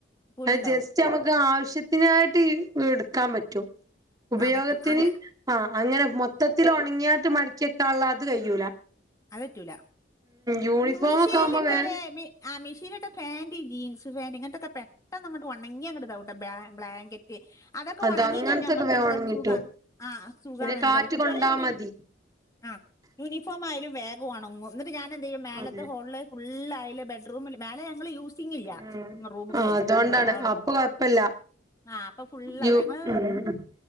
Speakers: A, on the left; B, on the right.
A: പൂലുണ്ടാവും
B: അ ജസ്റ്റ് നമുക്ക് ആവശ്യത്തി ത്തിനായിട്ട് എടുക്കാൻ പറ്റും ഉപയോഗത്തിന്
A: ആ പറ്റും അങ്ങ
B: ആഹ് അങ്ങനെ മൊത്ത ത്തി ഉണങ്ങിയാട്ട മടിക്ക്കാനുള്ള തത് കഴ്യൂല.
A: അതറ്റൂല
B: യൂണിഫോം
A: മ മിഷീലിട്ടാല്
B: ഒക്കെ ആവുമ്പോ വേം
A: മി ആഹ് മെഷീനിൽ ഇട്ടാ ഫാന്റ് ജീൻസ് ഫാാന്റ് ഇങ്ങനത്തെൊക്കെ പെട്ടാന്നങ്ങ്ട്ട് ഓണങ്ങി അങ്ങ്ട്ട് ഇതാവുട്ടോ ബ്ലാ ബ്ലാങ്കറ്റ് അതൊക്കെ
B: അത്
A: ഒണങ്ങി
B: അങ്ങനത്തൊക്കെ
A: കഴിഞ്ഞ നമ്മക്ക്
B: വേം
A: എന്താ
B: ഉണങ്ങിട്ടും
A: സുഖ ആ സുഖ
B: പിന്നെ കാറ്റ്
A: എന്താ കുട്ട്യാള
B: കൊണ്ടാ
A: യൂണി
B: മതി
A: ആഹ് യൂണിഫോം ആയാലും വേഗം ണങ്ങും. എന്നിട്ട് ഞാനെ എന്ത് ചെയ്യും മേലത്തെ
B: അതെ
A: ഹോളിൽ ഫുള്ള് അയൽ ബെഡ്റൂമിൽ മേലെ ഞങ്ങള് യൂസിങ്ല്ല
B: ഉം
A: റൂമുകളൊന്നും
B: ആഹ് അതുകൊണ്ടാണ്
A: ഹാളും.
B: അപ്പൊ കൊഴപ്പല്ല
A: ആഹ് അപ്പൊ ഫുള്ളവിടെ
B: യു
A: ഞങ്ങള്.
B: ഉം ഉം